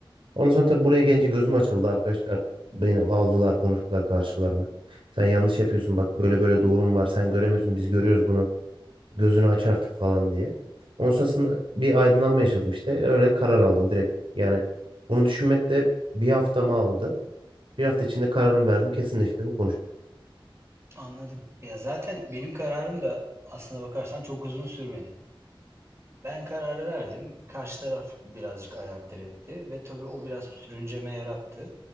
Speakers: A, on the right; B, on the right.
A: Ondan sonra tabii buraya gelince gözüm açıldı arkadaşlar. Beni aldılar, konuştular karşılarına. Sen yanlış yapıyorsun bak böyle böyle doğrum var. Sen göremiyorsun biz görüyoruz bunu. Gözünü aç artık falan diye. Ondan sonrasında bir aydınlanma yaşadım işte. Öyle karar aldım direkt. Yani bunu düşünmek de bir haftamı aldı. Bir hafta içinde kararımı verdim, kesinleştirdim, konuştum.
B: Anladım. Ya, zaten benim kararım da aslına bakarsan çok uzun sürmedi. Ben kararı verdim. Karşı taraf birazcık ayak diretti ve tabii o biraz sürünceme yarattı.